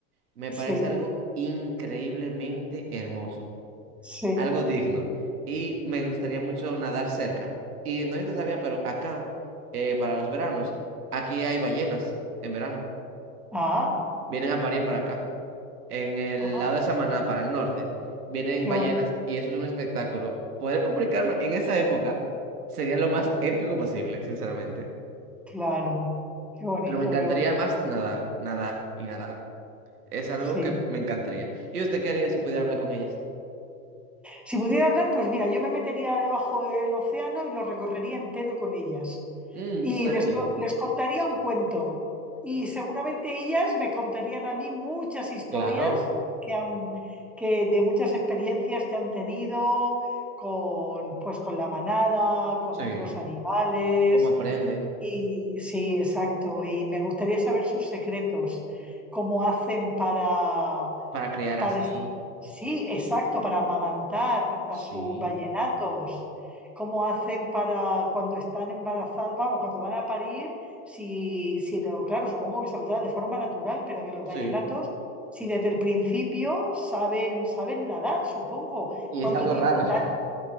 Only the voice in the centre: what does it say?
sí,
sí.
Ah,
ah,
qué
bonito,
claro, qué bonito,
qué bonito.
Sí.
Si pudiera hablar, pues mira, yo me metería debajo del océano y lo recorrería entero con ellas.
Y
les,
co- les contaría un cuento. Y seguramente ellas me contarían a mí muchas historias
que han, que de muchas experiencias que han tenido con, pues, con la manada, con
otros animales.
Y sí, exacto. Y me gustaría saber sus secretos, cómo hacen para,
para,
sí, exacto, para amamantar a
sus vallenatos, cómo hacen para cuando están embarazados, vamos, cuando van a parir, si, si lo- claro, supongo que saldrá de forma natural, pero que los
vallenatos, si desde el principio saben, saben nadar, supongo,
cuánto
tiempo